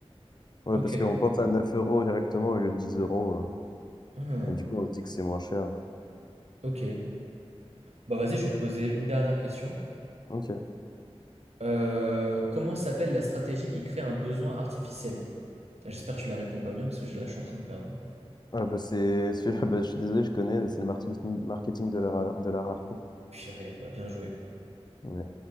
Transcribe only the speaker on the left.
Ouais,
parce qu'on pense à 9 euros directement au lieu de 10 euros. euh.
et du coup, on se dit que c'est moins cher.
Ok.
Ah bah c'est <laughs> celui-là, bah je suis désolé, je connais, c'est le marketing, marketing de la, ra- de la rareté.
Mais